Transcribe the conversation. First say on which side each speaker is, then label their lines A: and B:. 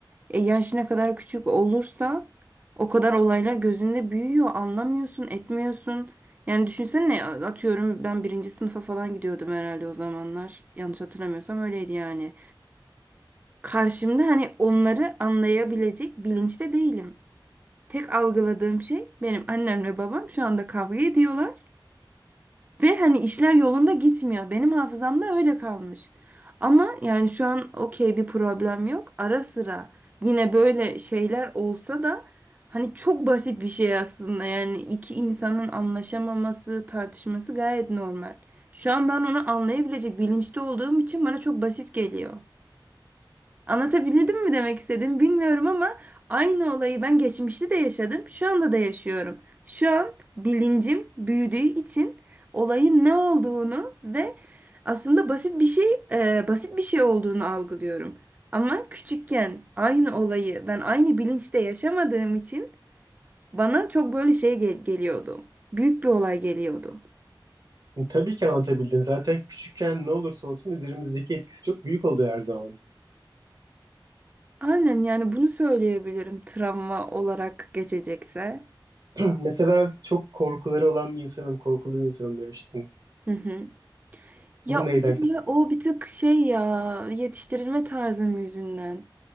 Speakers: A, on the right (about 20°); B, on the right (about 50°).
A: E, yaş ne kadar küçük olursa o kadar olaylar gözünde büyüyor. Anlamıyorsun, etmiyorsun. Yani düşünsene atıyorum ben birinci sınıfa falan gidiyordum herhalde o zamanlar. Yanlış hatırlamıyorsam öyleydi yani. Karşımda hani onları anlayabilecek bilinçte değilim. Tek algıladığım şey benim annemle babam şu anda kavga ediyorlar. Ve hani işler yolunda gitmiyor. Benim hafızamda öyle kalmış. Ama yani şu an okey bir problem yok. Ara sıra yine böyle şeyler olsa da hani çok basit bir şey aslında. Yani iki insanın anlaşamaması, tartışması gayet normal. Şu an ben onu anlayabilecek bilinçte olduğum için bana çok basit geliyor. Anlatabildim mi demek istedim bilmiyorum ama aynı olayı ben geçmişte de yaşadım, şu anda da yaşıyorum. Şu an bilincim büyüdüğü için olayın ne olduğunu ve aslında basit bir şey, e, basit bir şey olduğunu algılıyorum. Ama küçükken aynı olayı ben aynı bilinçte yaşamadığım için bana çok böyle şey gel- geliyordu. Büyük bir olay geliyordu.
B: Tabii ki anlatabildin. Zaten küçükken ne olursa olsun üzerimizdeki etkisi çok büyük oluyor her zaman.
A: Aynen yani bunu söyleyebilirim travma olarak geçecekse.
B: <clears throat> Mesela çok korkuları olan bir insanım, korkulu bir insanım demiştin.
A: Hı hı. Ya
B: Bu neyden?
A: o o bir tık şey ya yetiştirilme tarzım yüzünden.